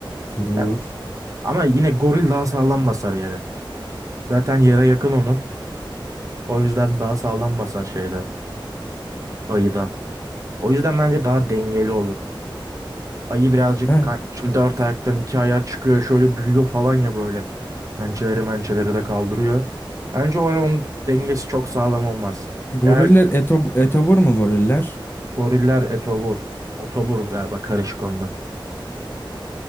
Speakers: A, on the left; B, on the right.
A: Durur.
B: Ya, ama yine goril daha sağlam basar yere. Zaten yere yakın onun. O yüzden daha sağlam basar şeyde ayıdan. O yüzden bence daha dengeli olur. Ayı birazcık
A: Yani
B: kardeşim dört ayaktan iki ayağa çıkıyor. Şöyle büyüyor falan ya böyle. Pençeleri mençeleri de kaldırıyor. Bence oranın dengesi çok sağlam olmaz.
A: goriller
B: Eğer
A: etobur mu goriller?
B: goriller etobur. Otobur galiba karışık onda.